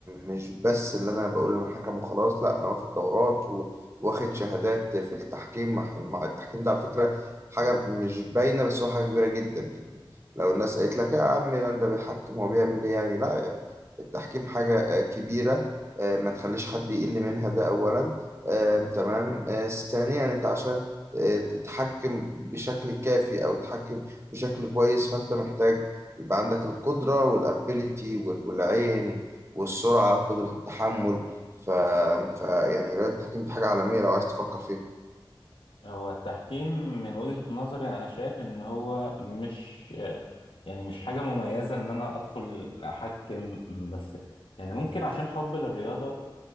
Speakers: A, on the right (about 30°); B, on the left (about 85°).
A: مش بس اللي انا بقول انا حكم وخلاص لا انا واخد دورات و- واخد شهادات في التحكيم مع مع- التحكيم ده على فكره حاجه مش باينه بس هو حاجه كبيره جدا يعني لو الناس قالت لك يا عم لان ده بيحكم هو بيعمل ايه يعني لا يعني التحكيم حاجه آه، كبيره آه، ما تخليش حد يقل منها ده اولا آه، تمام آه، ثانيا انت عشان آه، تتحكم بشكل كافي او تتحكم بشكل كويس فانت محتاج يبقى عندك القدرة والابيليتي والعين والسرعة وقدرة التحمل ف... ف يعني رياضة التحكيم دي حاجة عالمية لو عايز تفكر فيها
B: هو التحكيم من وجهة نظري انا شايف ان هو مش يعني مش حاجة مميزة ان انا ادخل احكم بس يعني ممكن عشان حب للرياضة